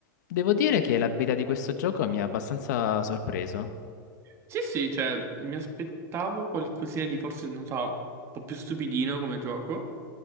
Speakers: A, on the left; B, on the right.
A: Devo dire che la beta di questo gioco mi ha abbastanza sorpreso.
B: Sì, sì, cioè, mi aspettavo qualcosina di forse, non so, un po' più stupidino come gioco.